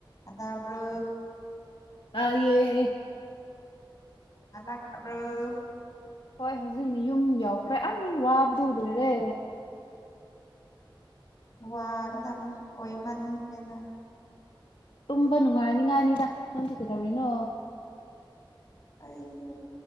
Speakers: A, on the left (about 40°); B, on the left (about 70°).
A: ꯑꯅꯥꯕ꯭ꯔꯣ
B: ꯇꯥꯏꯌꯦ
A: ꯍꯜꯂꯛꯇꯕ꯭ꯔꯣ
B: ꯍꯣꯏ ꯍꯧꯖꯤꯛꯅ ꯌꯨꯝ ꯌꯧꯈ꯭ꯔꯦ ꯑꯩ ꯋꯥꯕꯗꯨ ꯂꯣꯏꯔꯦ
A: ꯋꯥꯒꯗꯝꯅꯤ ꯑꯣꯏꯃꯟ ꯈꯔꯦ ꯅꯣꯏ
B: ꯇꯨꯝꯕ ꯅꯨꯡꯉꯥꯏꯅꯤꯉꯥꯏꯅꯤꯗ ꯅꯪꯗꯤ ꯀꯩꯗꯧꯔꯤꯅꯣ
A: ꯑꯩꯁꯨ